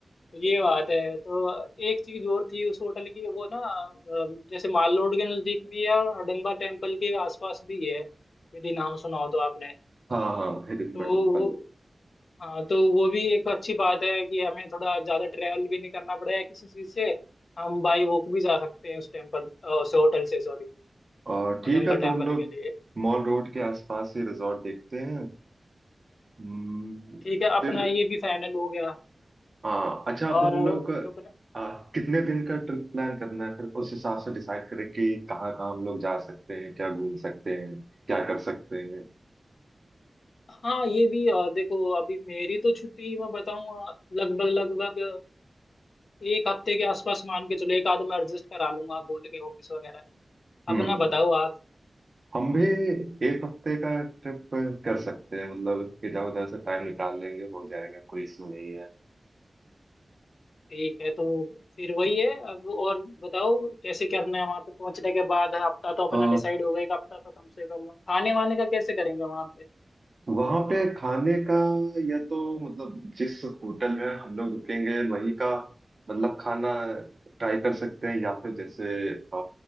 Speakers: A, on the left (about 85°); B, on the right (about 45°).
A: ये बात है तो एक चीज और थी उस होटल की वो ना अ, जैसे माल रोड के नजदीक भी है और हडम्बा टेम्पल के आसपास भी है यदि नाम सुना हो तो आपने
B: हाँ हाँ हिडन
A: तो
B: टेम्पल
A: वो हाँ तो वो भी एक अच्छी बात है कि हमें थोड़ा ज्यादा ट्रैवल भी नहीं करना पड़ेगा किसी चीज से हम बाई वॉक भी जा सकते हैं उस टेम्पल अ, उस होटल से सॉरी
B: और ठीक
A: हडम्बा
B: है तो
A: टेम्पल
B: हम लोग
A: के लिए
B: मॉल रोड के आसपास ही रिजॉर्ट देखते हैं हम्म,
A: ठीक है अपना
B: फिर
A: ये भी फाइनल हो गया
B: हाँ अच्छा अब
A: और
B: हम लोग
A: रुकना
B: आ, कितने दिन का ट्रिप प्लान करना है फिर उस हिसाब से डिसाइड करें कि कहाँ कहाँ हम लोग जा सकते हैं क्या घूम सकते हैं क्या कर सकते हैं
A: हाँ ये भी अ, देखो अभी मेरी तो छुट्टी मैं बताऊँ लगभग लगभग एक हफ्ते के आसपास मान के चलो एक आध मैं एडजस्ट करा लूंगा बोल के ऑफिस वगैरह में
B: हम्म
A: अपना बताओ आप
B: हम भी एक हफ्ते का ट्रिप कर सकते हैं मतलब इधर उधर से टाइम निकाल लेंगे हो जाएगा कोई इशू नहीं है
A: ठीक है तो फिर वही है अब और बताओ कैसे करना है वहां पे पहुंचने के बाद हफ्ता तो
B: आ,
A: अपना डिसाइड हो गया एक हफ्ता तो कम से कम खाने वाने का कैसे करेंगे वहां पे
B: वहां पे खाने का या तो मतलब जिस होटल में हम लोग रुकेंगे वही का मतलब खाना ट्राई कर सकते हैं या फिर जैसे अ,